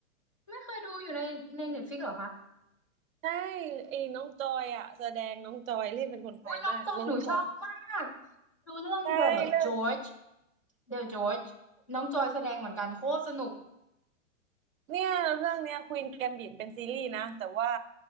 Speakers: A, on the left; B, on the right.
A: ไม่เคยดูอยู่ในในเน็ตฟลิกเหรอคะ
B: ใช่ไอ้น้องจอยอ่ะแสดงน้องจอยเล่นเป็นคนไทยมากน้องจอย
A: อุ้ยน้องจอยหนูชอบมากดูเรื่อง
B: ใช่เรื่อง
A: The George เดอะจอร์จน้องจอยแสดงเหมือนกันโคตรสนุก
B: เนี่ยเรื่องเนี้ยควีนแกมบิทเป็นซีรีส์นะแต่ว่า